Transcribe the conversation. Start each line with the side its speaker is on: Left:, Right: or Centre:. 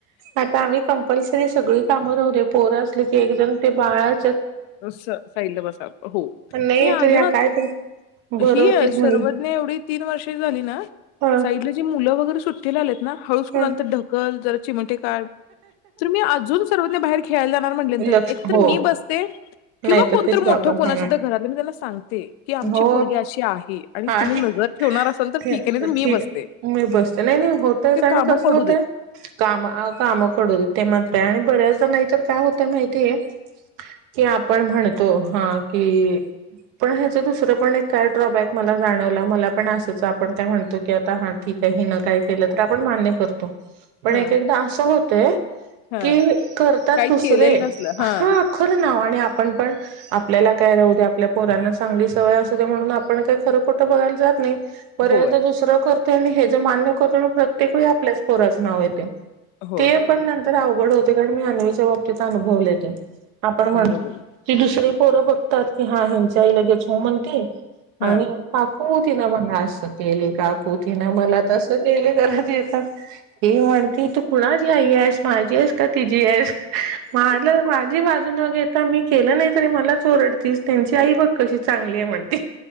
Right: आता आम्ही कप सग कामवले पोरं असले क एकजण ते बाळ
Left: साहिल बसा हो
Right: पण नाही
Left: मी अजून
Right: तर ह्या काय तर भरवतील
Left: ही सर्वज
Right: म्हणलं
Left: एवढी तीन वर्षे झाली ना
Right: ह
Left: सा मुलं वगैरे सुट्टी आलेत ना हळूंतर
Right: ह
Left: ढकल ज चिमटे का तर मी अजून सर्वांनी बाहेर खेळायला एक
Right: लक्ष
Left: तर
Right: हो
Left: मी बस किंवा
Right: नाही तर
Left: कोणतरी
Right: तेच
Left: मोठ
Right: बाबा
Left: कोणाच्या
Right: हा
Left: तर घरातलं मी त्यांना सांगते की आमची
Right: हो
Left: पगी अशी आहे आणि
Right: आहे
Left: तुम्ही नजर
Right: ठीक
Left: ठेवणार असाल तर आहे, नाहीतर मी बसते.
Right: आहे मी बसते नाही नाही होतयच
Left: ते
Right: आणि
Left: कामं
Right: कसं
Left: पडू
Right: होतय
Left: देत.
Right: काम अ काम पडूदे ते म्हणत आणि बऱ्याचदा नाहीतर काय होतंय माहितीय कि आपण म्हणतो हा कि पण ह्याचं दुसरं पण एक काय ड्रॉबॅक मला जाणवला मला पण असंच आपण काय म्हणतो की आता हा ठीक. हीन काय केलं तर आपण मान्य करतो पण
Left: हां,
Right: एकएकदा असं होतय
Left: हां.
Right: की करतात
Left: काही
Right: दुसरे
Left: केलेलं नसलं. हां.
Right: हा ख आणि आपण पण आपल्याला काय राहू दे आपल्या पोरांना चांगली सवय असूदे म्हणून आपण काय खरं खोटं बो ला जात नाही. बऱ्याचदा
Left: होय.
Right: दुसरं करतय आणि हेज मान्य करतो प्रत्येकवेळी आपल्याच पोराच नाव येतेय.
Left: होय,
Right: ते
Left: होय.
Right: पण नंतर अवघड होते कारण मी अन्वीच्या बाबतीत अनुभवलय ते. आपण म्हणतो
Left: बरोबर.
Right: ना ती दुसरी पोरं बघतात की हा हेंची आई लगेच हो म्हणते. आणि
Left: हां.
Right: काकू तिनं मला असं केली काकू तिनं मला तसं केली करत ही म्हणती तू कुणाची आई आहेस माझी आहेस का तिझी आहेस. वाजी वाज जू न घेता मी केलं नाही तरी मला ओरडतीस त्यांची आई बघ कशी चांगली आहे म्हणते.